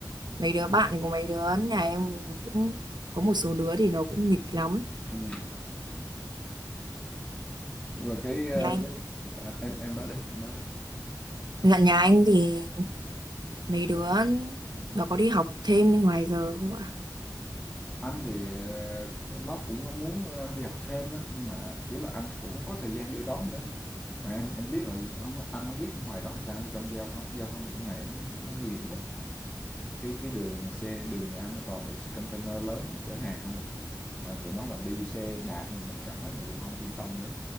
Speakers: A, on the right; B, on the left.
A: mấy đứa bạn của mấy đứa nhà em nó cũng có một số đứa thì nó cũng nghịch lắm.
B: Ừ. nhưng mà cái ờ,
A: Nhà anh
B: cái à, em em nói đi em nói đi
A: Dạ nhà anh thì mấy đứa nó có đi học thêm bên ngoài giờ không ạ?
B: anh thì ờ, nó cũng có muốn ờ, đi học thêm đó nhưng mà kiểu là anh cũng không có thời gian đưa đón nữa mà em em biết rồi ông anh không biết ở ngoài đó làm sao trong giao thông giao thông trong này nó, nó nguy hiểm lắm cái cái đường xe đường nhà anh nó toàn là container lớn nó chở hàng không à mà tụi nó mà đi xe đạp mà mình cảm thấy mình cũng không yên tâm nữa